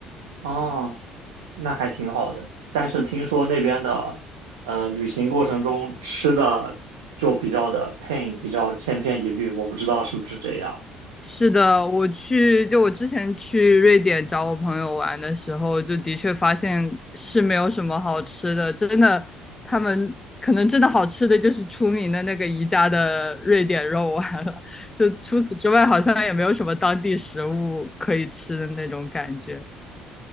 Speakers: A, on the right; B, on the left.
A: 哦，那还挺好的。但是听说那边的，呃，旅行过程中吃的就比较的 pain，比较千篇一律，我不知道是不是这样，
B: 是的，我去，就我之前去瑞典找我朋友玩的时候，就的确发现是没有什么好吃的，真的，他们可能真的好吃的就是出名的那个宜家的瑞典肉丸了，就除此之外，好像也没有什么当地食物可以吃的那种感觉。